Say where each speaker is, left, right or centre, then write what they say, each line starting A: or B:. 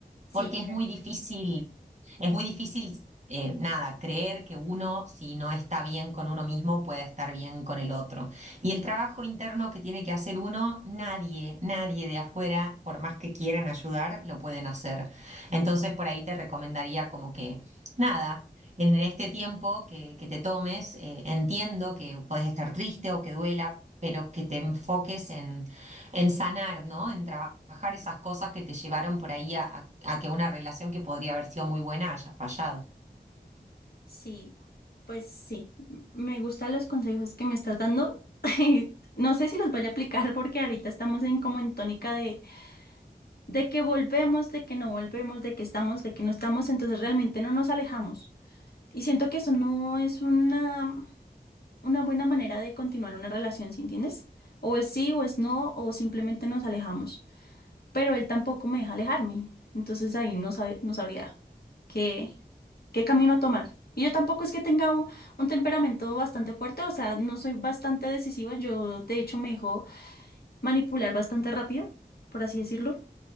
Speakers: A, on the left; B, on the right.
A: Sí,
B: porque es
A: claro.
B: muy difícil, es muy difícil, eh, nada, creer que uno, si no está bien con uno mismo, puede estar bien con el otro. Y el trabajo interno que tiene que hacer uno, nadie, nadie de afuera, por más que quieran ayudar, lo pueden hacer. Entonces, por ahí te recomendaría como que, nada. En este tiempo que, que te tomes, eh, entiendo que puedes estar triste o que duela, pero que te enfoques en sanar, ¿no? En trabajar esas cosas que te llevaron por ahí a, a- a que una relación que podría haber sido muy buena haya fallado.
A: Sí, pues sí, m- me gustan los consejos que me estás dando. <laughs> No sé si los vaya a aplicar porque ahorita estamos en como en tónica de, de que volvemos, de que no volvemos, de que estamos, de que no estamos, entonces realmente no nos alejamos. Y siento que eso no es una, una buena manera de continuar una relación, ¿sí entiendes? O es sí, o es no, o simplemente nos alejamos pero él tampoco me deja alejarme. Entonces ahí no sabe, no sabría qué, qué camino tomar. Y yo tampoco es que tenga un, un temperamento bastante fuerte, o sea, no soy bastante decisiva. Yo, de hecho, me dejo manipular bastante rápido, por así decirlo.